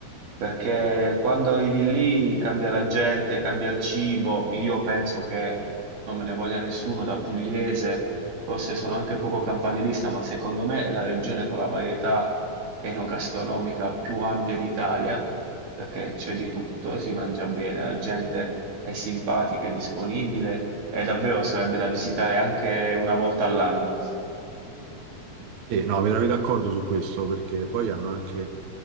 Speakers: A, on the right; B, on the right.
A: perché quando arrivi lì cambia la gente, cambia il cibo. Io penso che non me ne voglia nessuno da pugliese, forse sono anche poco campanilista, ma secondo me è la regione con la varietà enogastronomica più ampia d'Italia, perché c'è di tutto, si mangia bene, la gente è simpatica, è disponibile e davvero sarebbe da visitare anche una volta all'anno.
B: Sì, no, mi trovi d'accordo su questo perché poi hanno anche,